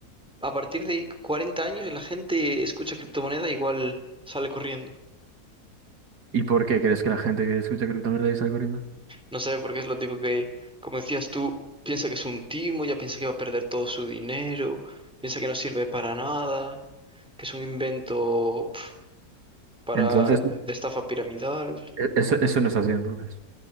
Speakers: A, in the centre; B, on the right.
A: a partir de 40 años la gente escucha criptomoneda igual sale corriendo.
B: ¿Y por qué crees que la gente que escucha criptomonedas es algo corriendo?
A: No sé, porque es lo tipo que, como decías tú, piensa que es un timo, ya piensa que va a perder todo su dinero, piensa que no sirve para nada, que es un invento pf, para
B: Entonces,
A: de estafa piramidal.
B: E- Eso, eso no es así entonces.